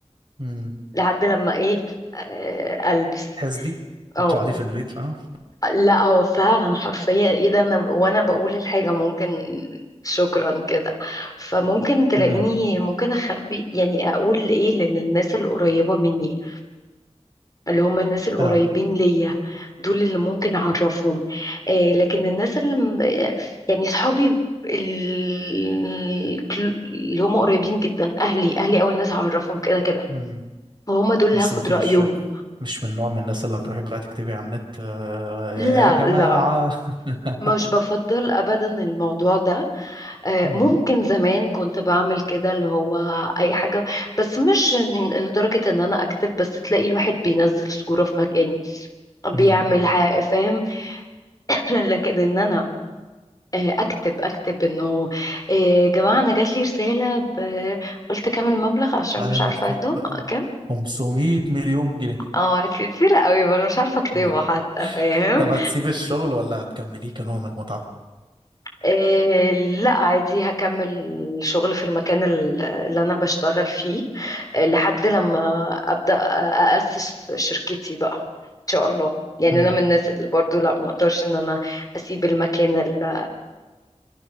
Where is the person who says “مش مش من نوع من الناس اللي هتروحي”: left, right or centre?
Right